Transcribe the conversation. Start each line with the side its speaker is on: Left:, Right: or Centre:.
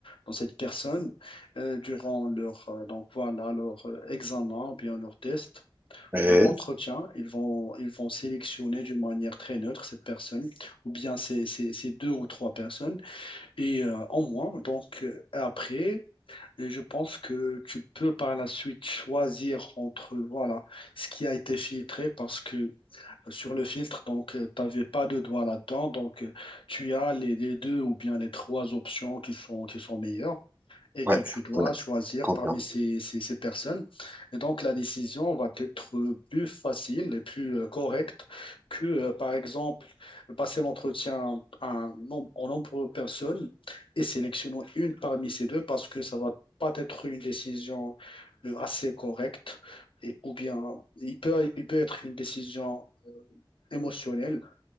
Left: dans cette personne euh, durant leur euh, donc voilà leur euh, examen ou bien leur test
Right: Ouais,
Left: pour leur entretien,
Right: ouais,
Left: ils vont, ils vont sélectionner d'une manière très neutre cette personne, ou bien ces, ces- ces deux ou trois personnes, et euh, en moins. Donc, euh, après, et je pense que tu peux par la suite choisir entre, voilà, ce qui a été filtré, parce que euh, sur le filtre, donc, tu n'avais pas de doigt là-dedans, donc, euh, tu as les, les deux ou bien les trois options qui sont, qui sont meilleures et que
Right: ouais,
Left: tu dois
Right: ouais,
Left: choisir
Right: confirme.
Left: parmi ces, ces- ces personnes. Et donc, la décision va être plus facile et plus euh, correcte que, euh, par exemple, passer l'entretien à un nombre, en nombre de personnes et sélectionner une parmi ces deux parce que ça va pas être une décision euh, assez correcte et, ou bien il peut, il peut être une décision émotionnelle,